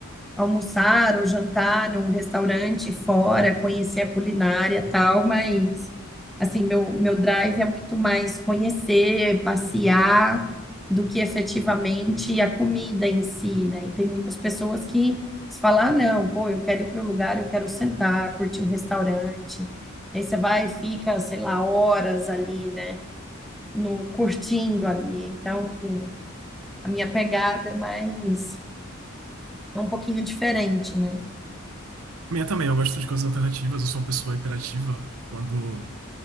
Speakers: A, in the centre; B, on the right.
A: almoçar ou jantar num restaurante fora, conhecer a culinária e tal, mas assim, meu, meu drive é muito mais conhecer, passear, do que efetivamente a comida em si, né? E tem muitas pessoas que se falar, "Ah, não, pô, eu quero ir para o lugar, eu quero sentar, curtir um restaurante. E aí você vai e fica, sei lá, horas ali, né? No curtindo ali. Então, a minha pegada é mais é um pouquinho diferente, né?
B: Minha também, eu gosto de coisas alternativas, eu sou uma pessoa hiperativa. Quando